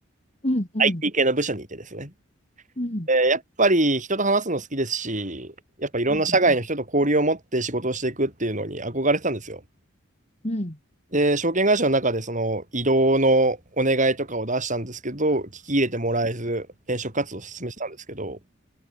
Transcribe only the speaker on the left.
うんうん
うん
うんうん。